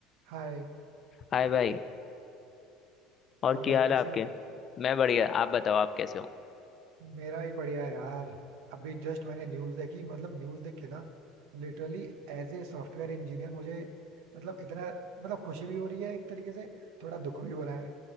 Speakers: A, on the right; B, on the left.
A: हाय
B: हाय भाई और
A: और
B: क्या
A: भाई
B: हाल
A: कैसे
B: है आपके
A: हो
B: मैं बढ़िया आप बताओ आप कैसे हो
A: मेरा भी बढ़िया है यार अभी जस्ट मैंने न्यूज़ देखी मतलब न्यूज़ देख के ना literally as a software engineer मुझे मतलब इतना मतलब खुशी भी हो रही है एक तरीके से थोड़ा दुख भी हो रहा है